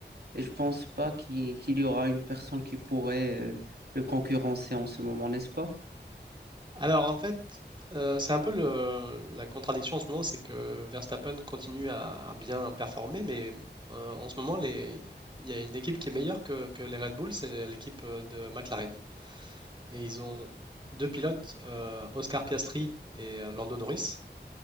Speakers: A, on the right; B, on the right.
A: et je pense pas qu'il, qu'il y aura une personne qui pourrait euh, le concurrencer en ce moment, n'est-ce pas?
B: Alors, en fait, euh, c'est un peu le, la contradiction en ce moment, c'est que Verstappen continue à, à bien performer, mais euh, en ce moment, les, il y a une équipe qui est meilleure que, que les Red Bull, c'est l'équipe euh, de McLaren. Et ils ont deux pilotes, euh, Oscar Piastri et euh, Lando Norris,